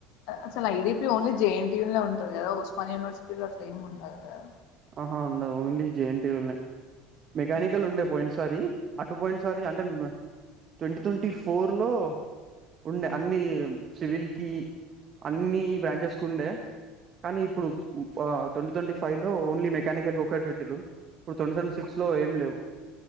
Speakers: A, on the left; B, on the right.
A: అసలు ఐడీపీ ఓన్లీ జేఎన్టీయుూ లో ఉంటారు కదా ఉస్మాన్ యూనివర్సిటీలో అట్లే ఏమి ఉండదు కదా
B: ఆహా ఉండదు ఓన్లీ జేఎన్టీ మెకానికల్
A: ఓకే
B: ఉండే పోయినసారి అటు పోయిన సారి అంటే ట్వంటీ ట్వంటీ ఫోర్లో ఉండే అన్నీ సివిల్కి అన్నీ బ్రాంచెస్కి ఉండే కానీ ఇప్పుడు ట్వంటీ ట్వంటీ ఫైవ్ లో ఓన్లీ మెకానికల్ ఒక్కరికి పెట్టరు ఇప్పుడు ట్వంటీ ట్వంటీ సిక్స్ లో ఏం లేవు